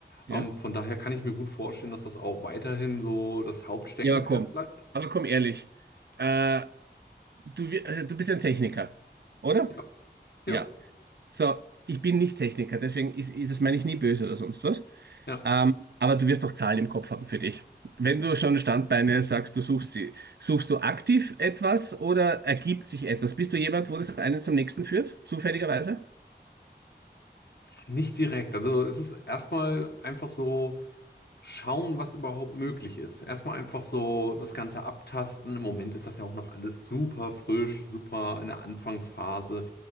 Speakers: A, on the right; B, on the left.
A: Ja?
B: Ähm, von daher kann ich mir gut vorstellen, dass das auch weiterhin so das Hauptsteckenpferd
A: Ja, aber komm.
B: bleibt.
A: Aber komm ehrlich. Äh, du, wir- äh, du bist ein Techniker, oder?
B: Ja,
A: Ja.
B: ja,
A: So, ich bin nicht Techniker, deswegen ist, ist- das meine ich nie böse oder sonst was.
B: ja.
A: Ähm, aber du wirst doch Zahlen im Kopf haben für dich. Wenn du schon Standbeine sagst, du suchst sie, suchst du aktiv etwas oder ergibt sich etwas? Bist du jemand, wo das eine zum nächsten führt, zufälligerweise?
B: Nicht direkt. Also es ist erstmal einfach so schauen, was überhaupt möglich ist. Erstmal einfach so das Ganze abtasten. Im Moment ist das ja auch noch alles super frisch, super in der Anfangsphase.